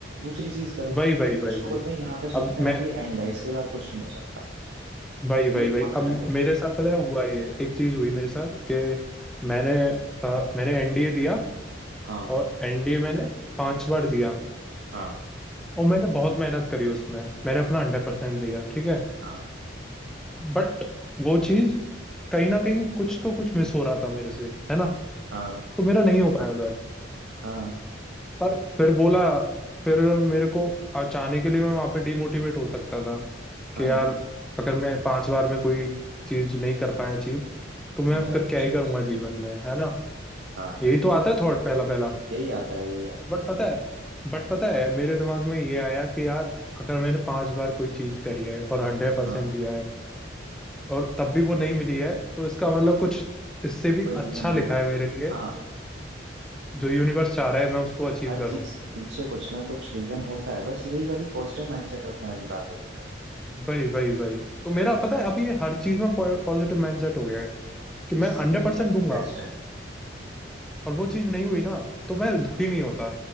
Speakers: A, on the right; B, in the centre.
A: दूसरी चीज करो कुछ
B: वही वही वही
A: लोग
B: वही
A: होते हैं यहाँ पे
B: अब
A: सोचते हैं
B: मैं
A: अब ये एंड है इसके बाद कुछ नहीं हो सकता
B: वही वही
A: ये
B: वही
A: बहुत गलत
B: अब
A: हो
B: मेरे साथ पता है हुआ ये एक चीज हुई मेरे साथ कि मैंने अ, मैंने एनडीए दिया
A: हाँ
B: और एनडीए मैंने पांच बार दिया
A: हाँ
B: और मैंने बहुत मेहनत करी उसमें मैंने अपना हंड्रेड परसेंट दिया ठीक है
A: हाँ
B: बट वो चीज कहीं ना कहीं कुछ तो कुछ मिस हो रहा था मेरे से है ना
A: हाँ
B: तो मेरा नहीं हो पाया उधर
A: हाँ
B: पर फिर बोला फिर मेरे को आ- चाहने के लिए मैं वहां पे डिमोटिवेट हो सकता था
A: हाँ
B: कि यार अगर मैं पांच बार में कोई चीज नहीं कर पाया अचीव तो मैं
A: मेरा
B: फिर
A: कुछ
B: क्या ही
A: नहीं
B: करूंगा
A: हो सकता
B: जीवन में है ना
A: हाँ
B: यही तो आता है थॉट पहला पहला
A: यही आता है यही आता
B: बट
A: है
B: पता है बट पता है मेरे दिमाग में ये आया कि यार अगर मैंने पांच बार कोई चीज करी है और हंड्रेड परसेंट
A: हाँ
B: दिया है और तब भी वो नहीं मिली है तो इसका मतलब कुछ इससे भी
A: कोई
B: अच्छा
A: रीजन
B: लिखा
A: होगा
B: है मेरे लिए
A: हाँ
B: जो यूनिवर्स चाह रहा है मैं उसको अचीव
A: हर
B: करूं
A: चीज के पीछे कुछ ना कुछ रीजन होता है बस यही वाली पॉजिटिव माइंडसेट रखने वाली बात होती है
B: वही वही वही तो मेरा पता है अभी ये हर चीज में पॉजिटिव माइंडसेट हो गया है कि मैं
A: सेम
B: हंड्रेड परसेंट दूंगा
A: ये बेस्ट है
B: और वो चीज नहीं हुई ना तो मैं दुखी नहीं होता